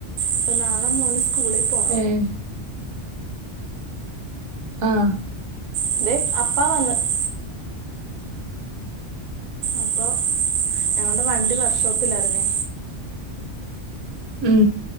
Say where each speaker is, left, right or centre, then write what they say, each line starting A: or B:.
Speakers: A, on the right; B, on the right.
A: ഇപ്പൊ നാളെ മോന് സ്കൂളിൽ പോ
B: ഏഹ് ആഹ്
A: <unintelligible> അപ്പൊ <unintelligible> വണ്ടി വർക്ക്ഷോപ്പിലാര്ന്നേ
B: ഉം